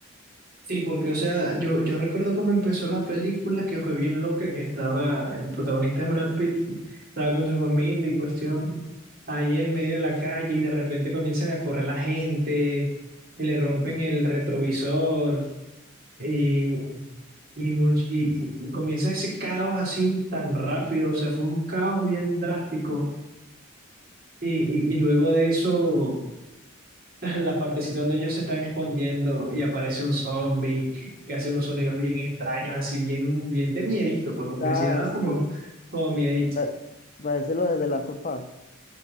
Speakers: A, on the right; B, on the left.
A: Sí, porque, o sea, yo, yo recuerdo cómo empezó la película, que fue bien loca, que estaba, el protagonista es Brad Pitt, estaba con su familia y cuestión, ahí en medio de la calle y de repente comienzan a correr la gente, y le rompen el retrovisor y, Y, much- y, y- y comienza ese caos así tan rápido, o sea, fue un caos bien drástico. Y, y, y luego de eso, <laughs> la partecita donde ellos se están escondiendo y aparece un zombie que hace unos sonidos bien extraños, así bien, bien de miedito, pues, porque
B: Ah,
A: sí daba
B: sí.
A: como, como miedito.
B: Pa- Parece los de las sofás.